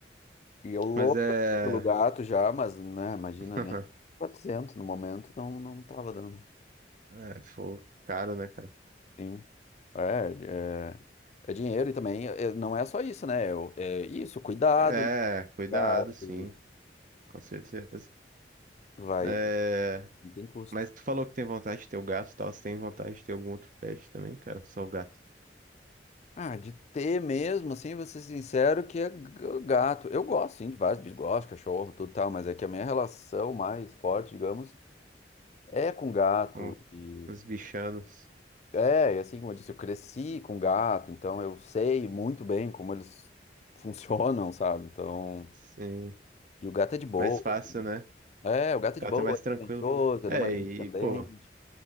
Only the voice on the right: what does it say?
Mas é.
<laughs>
É, pô, caro, né, cara?
É,
cuidado,
sim,
com certeza.
É,
mas tu falou que tem vontade de ter o gato e tal. Você tem vontade de ter algum outro pet também, cara? Só o gato.
Com
os bichanos.
Sim.
Mais fácil, né?
O gato
é mais
tranquilo.
É,
e, pô.